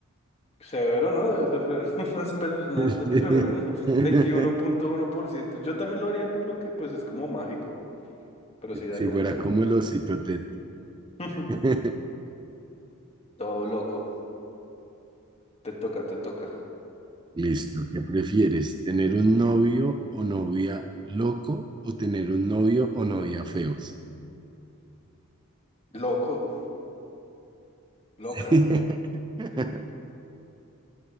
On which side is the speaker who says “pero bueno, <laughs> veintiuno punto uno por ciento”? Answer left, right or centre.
Left